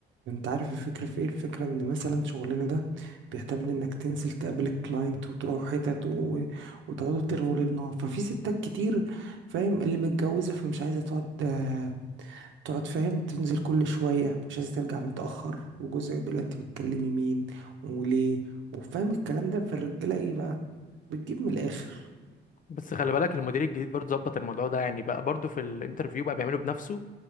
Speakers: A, on the right (about 70°); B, on the left (about 40°).
A: انت عارف الفكرة في ايه الفكرة ان مثلا شغلنا ده بيعتمد انك تنزل تقابل الكلاينت وتروح حتت و... وتقعدوا ترغوا للنار ففي ستات كتير فاهم اللي متجوزة فمش عايزة تقعد آه، تقعد فاهم تنزل كل شوية مش عايزة ترجع متأخر وجوزها يقول لها انت بتكلمي مين وليه وفاهم الكلام ده فالرجالة ايه بقى بتجيب من الآخر
B: بس خلي بالك المدير الجديد برضو ظبط الموضوع ده يعني بقى برضو في الانترفيو بقى بيعمله بنفسه